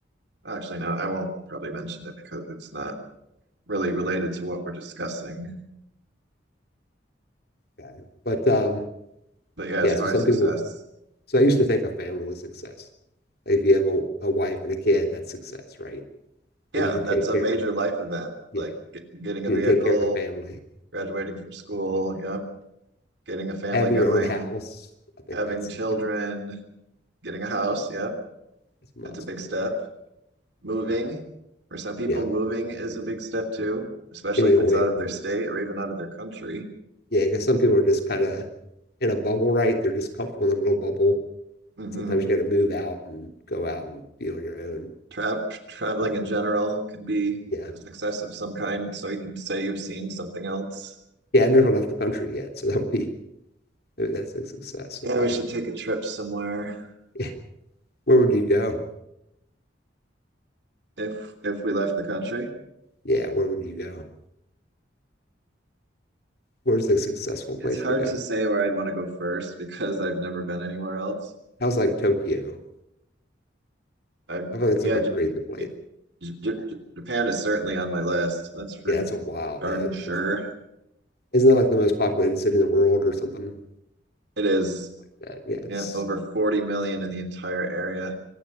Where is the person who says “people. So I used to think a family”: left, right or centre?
Left